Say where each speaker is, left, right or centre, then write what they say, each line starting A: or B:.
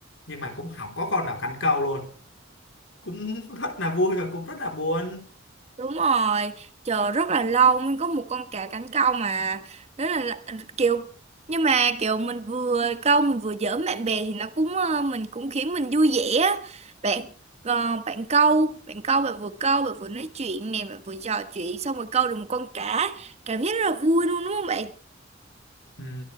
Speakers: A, on the left; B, on the right.
A: nhưng mà cũng không có con nào cắn câu luôn cũng <laughs> rất là vui và cũng rất là buồn
B: Đúng rồi, chờ rất là lâu mới có một con cá cánh câu mà đó là là- kiểu nhưng mà kiểu mình vừa câu mình vừa giỡn bạn bè thì nó cũng ờ, mình cũng khiến mình vui vẻ á. bạn ờ, bạn câu bạn câu bạn vừa câu bạn vừa nói chuyện nè bạn vừa trò chuyện xong rồi câu được một con cá cảm giác rất là vui luôn đúng không bạn
A: Ừ,